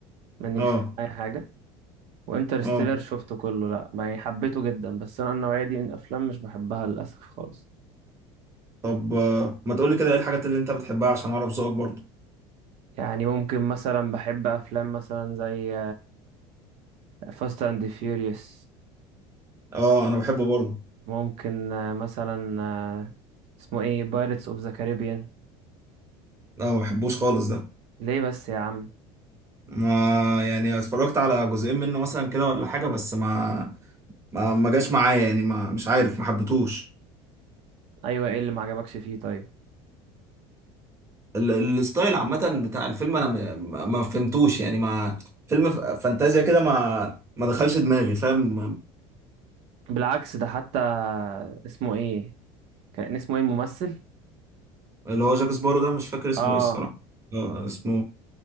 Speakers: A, on the right; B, on the right.
A: ماني
B: اه
A: مش فاهم اي حاجه وانترستيلر
B: اه
A: شفته كله لا يعني حبيته جدا بس انا النوعيه دي من الافلام مش بحبها للاسف خالص
B: طب آه، ما تقولي كده ايه الحاجات اللي انت بتحبها عشان اعرف ذوقك برضو
A: يعني ممكن مثلا بحب افلام مثلا زي فاست اند فيوريوس
B: اه انا بحبه برضو
A: ممكن آه، مثلا آه، اسمه ايه بايرتس اوف ذا كاريبيان
B: لا ما بحبوش خالص ده
A: ليه بس يا عم
B: ما يعني اتفرجت على جزئين منه مثلا كده ولا حاجة بس ما ما ما جاش معايا يعني ما مش عارف ما حبيتهوش
A: ايوه ايه اللي ما عجبكش فيه طيب
B: ال- الستايل عامة بتاع الفيلم انا م- ما ما فهمتوش يعني ما فيلم ف- فانتازيا كده ما ما دخلش دماغي فاهم
A: بالعكس ده حتى اسمه ايه كان اسمه ايه الممثل
B: اللي هو جاك سبارو ده مش فاكر اسمه
A: اه
B: ايه الصراحة آه، اسمه